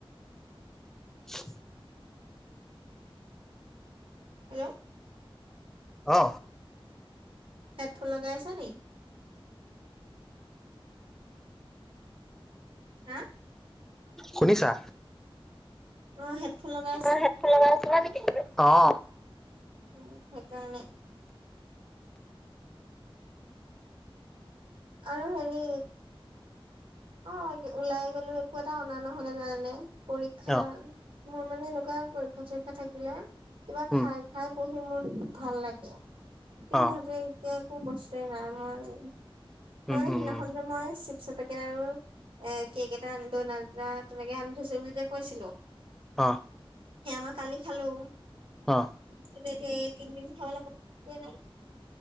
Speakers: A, in the centre; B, on the right (about 60°).
A: <inaudible>
B: হেল্ল'।
A: অ।
B: হেডফোন লগাই আছা নি? হা?
A: শুনিছা?
B: অ, হেডফোন লগা
A: অ, হেডফোন লগাই আছিলা নেকি? অ।
B: উম সেইকাৰণে। আৰু হেৰি অ, ওলাই গ'লো একো এটা অনা নহলে কাৰণে। পৰীক্ষা
A: অ'
B: মোৰ মানে এনেকুৱা পৰীক্ষা চৰীক্ষা থাকিলে কিবা
A: উম,
B: খাই খাই পঢ়ি মোৰ ভাল লাগে কিন্তু
A: অ'
B: মই এতিয়া একো কষ্টয় নাই মই
A: উম,
B: তাৰমানে
A: উম,
B: সেইদিনাখন
A: উম,
B: যে মই আছো। পেকেট আৰু এ কেক এটা আনি ডনাল্ এটা তেনেকে আনি থৈছো বুলি যে কৈছিলো
A: অ।
B: সেমাৰ কালি খালো।
A: অ।
B: কিন্তু এতিয়া তিন দিন খাবলৈ বস্তু এ নাই।